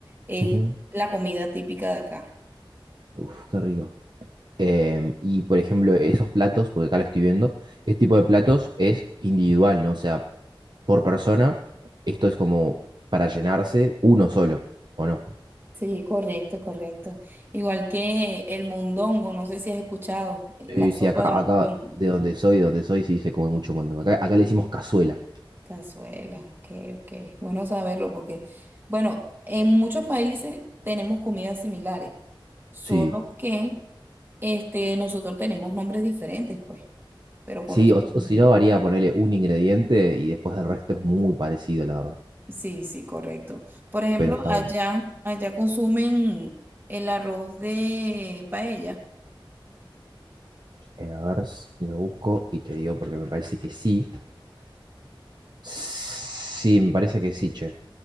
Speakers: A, on the right (about 25°); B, on the right (about 55°).
A: es
B: ujú.
A: la comida típica de acá.
B: Uf, qué rico. Em, y por ejemplo, esos platos, porque acá lo estoy viendo, este tipo de platos es individual, ¿no? O sea, por persona, esto es como para llenarse uno solo, ¿o no?
A: Sí, correcto, correcto. Igual que el mondongo, no sé si has escuchado, eh,
B: Sí,
A: la
B: Sí.
A: sopa
B: sí, acá,
A: de mondongo.
B: acá de donde soy, de donde soy, sí se come mucho mondongo. Acá, acá le decimos cazuela,
A: Cazuela, ok, ok. Bueno saberlo porque, bueno, en muchos países tenemos comidas similares, solo
B: sí.
A: que este, nosotros tenemos nombres diferentes, pues, pero conocemos.
B: Sí, o, o si no, varía ponerle un ingrediente y después el resto es muy parecido, la verdad.
A: Sí, sí, correcto. Por ejemplo,
B: Pero está
A: allá,
B: bueno.
A: allá consumen el arroz de paella.
B: Eh, a ver, s- lo busco y te digo porque me parece que sí. Sí, me parece que sí, che.